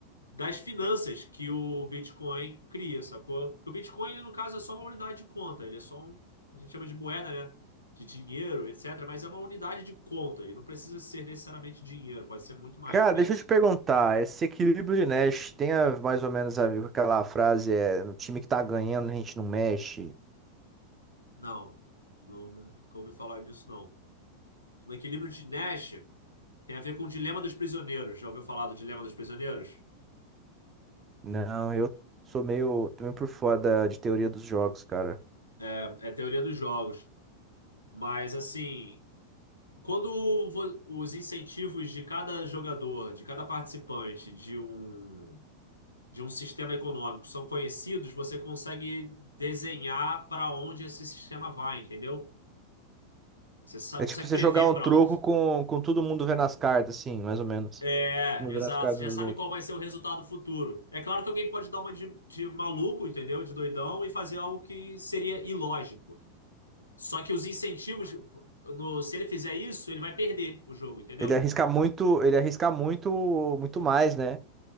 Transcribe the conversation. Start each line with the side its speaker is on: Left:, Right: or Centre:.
Left: das finanças que o Bitcoin cria, sacou? Porque o Bitcoin, ele, no caso, é só uma unidade de conta, ele é só um, a gente chama de moeda, né? De dinheiro, etc. Mas é uma unidade de conta e não precisa ser necessariamente dinheiro, pode ser muito mais
Right: Cara,
Left: do que
Right: deixa
Left: isso.
Right: eu te perguntar, esse Equilíbrio de Nash tem a- mais ou menos a ver com aquela frase, é, no time que tá ganhando a gente não mexe?
Left: Não, nunca ouvi falar nisso, não. No equilíbrio de Nash tem a ver com o dilema dos prisioneiros. Já ouviu falar do dilema dos prisioneiros?
Right: Não, eu sou meio, tô meio por fora da- de teoria dos jogos, cara.
Left: É, é teoria dos jogos. Mas, assim, quando vo- os incentivos de cada jogador, de cada participante de um de um sistema econômico são conhecidos, você consegue desenhar para onde esse sistema vai, entendeu? Você sa-
Right: É
Left: consegue
Right: tipo você
Left: prever
Right: jogar um
Left: para
Right: troco
Left: onde.
Right: com, com todo mundo vendo as cartas, assim, mais ou menos.
Left: É,
Right: Todo mundo
Left: exato.
Right: vendo as cartas
Left: Você já
Right: dos
Left: sabe
Right: outros.
Left: qual vai ser o resultado futuro. É claro que alguém pode dar uma de, de maluco, entendeu? De doidão e fazer algo que seria ilógico. Só que os incentivos, no- se ele fizer isso, ele vai perder o jogo, entendeu?
Right: Ele arrisca muito, ele arrisca muito, muito mais, né?